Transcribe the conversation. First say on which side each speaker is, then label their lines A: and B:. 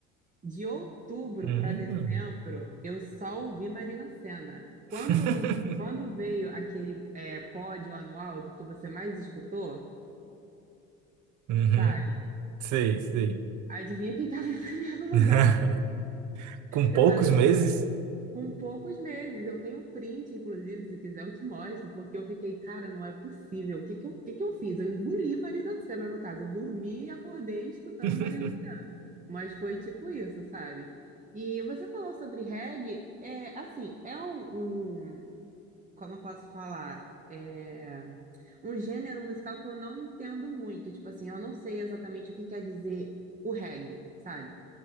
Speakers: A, on the right; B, on the right.
A: De outubro
B: Hum.
A: para dezembro, eu só ouvi Marina Sena. Quando,
B: <laughs>
A: lan- quando veio aquele é, pódio anual do que você mais escutou,
B: Uhum.
A: sabe?
B: Sei, sei.
A: Adivinha quem estava em <laughs> primeiro lugar?
B: <laughs> Com poucos
A: Eu falei,
B: meses?
A: Com poucos meses, eu tenho um print, inclusive, se quiser eu te mostro, porque eu fiquei, cara, não é possível. O que que eu, o que que eu fiz? Eu engoli Marina do Senna, no caso. Eu dormi e acordei escutando
B: <laughs>
A: Marina. Mas foi tipo isso, sabe? E você falou sobre reggae, é, assim, é um, um- como eu posso falar? É um gênero musical que eu não entendo muito. Tipo assim, eu não sei exatamente o que quer dizer o reggae, sabe?